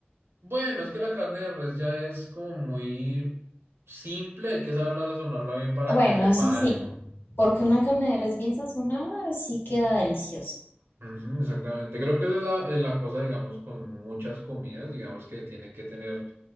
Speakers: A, on the right; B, on the left.
A: Bueno, es que la carne de res ya es como muy simple. Hay que saberla sazonarla bien para
B: Bueno,
A: que sepa
B: eso sí,
A: algo.
B: porque una carne de res bien sazonada sí queda deliciosa.
A: Ujú, exactamente. Creo que esa es la, es la cosa, digamos, con muchas comidas, digamos, que tienen que tener